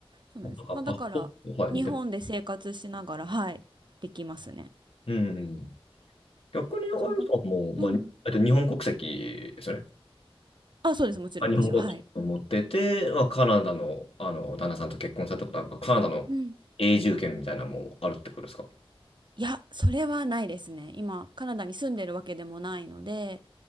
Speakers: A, on the right; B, on the left.
A: そうなんです。
B: なんかパスポート、
A: まあだから日本で生活しながら、
B: はい。で
A: はい、できますね。
B: うん。逆に、あやさんも、
A: そうだ。
B: まあ、
A: うん。
B: えっと、日本国籍ですよね。
A: あ、そうです。もちろん私は、
B: あ、日本国籍を持ってて、
A: はい。
B: まあ、カナダの、あの、旦那さんと結婚されたことは、まあカナダの永住権みたいなのもあるってことですか
A: うんいや、それはないですね。今、カナダに住んでるわけでもないので、